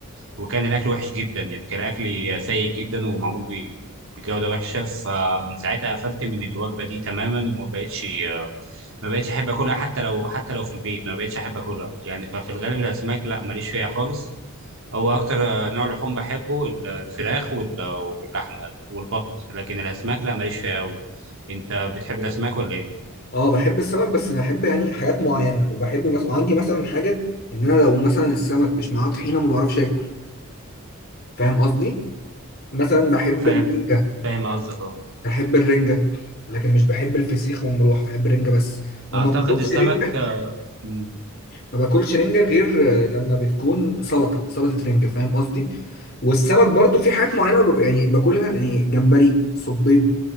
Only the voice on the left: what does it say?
اه بحب السمك بس بحب يعني حاجات معينه وبحب مثلا وعندي مثلا حاجه ان انا لو مثلا السمك مش معاه طحينه ما بعرفش اكل فاهم قصدي مثلا بحب
الرنجه
بحب الرنجه لكن مش بحب الفسيخ والمروحه بحب الرنجه بس وما
باكلش
رنجه
ما باكلش رنجه غير آه، لما بتكون سلطه سلطه رنجه فاهم قصدي والسمك برضو في حاجات معينه باكل يعني باكلها يعني جمبري صبيط